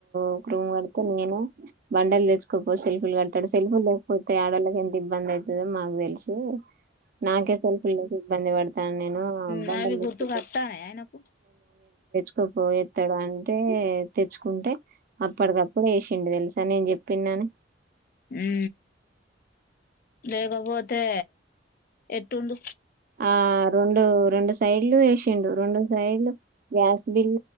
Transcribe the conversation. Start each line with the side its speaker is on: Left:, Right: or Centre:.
Right: ఒక రూమ్ కడితే నేను బండలు తెచ్చుకోపో సెల్ఫీలు కడతాడు సెల్ఫీ లేకపోతే ఆడవాళ్ళకి ఎంత ఇబ్బంది అవు ో మాకు తెలుసు నాకే షెల్ఫ్లేక ఇబ్బంది పడతాను నేను బండలు
Left: నవి గుర్తువోతనయ
Right: తెచ్చుకోపో
Left: నాకు
Right: కు పో ఎస్తాడు అంటే తెచ్చుకుంటే అప్పటికప్పుడు యాసిండు తెలుసా నేను చెప్పిినను
Left: ఊ లేకపోతే డూమ్
Right: ఆ రెండు రెండు సైడ్లు ఎసిండు రెండు సైడ్లు గ్యాస్ బిల్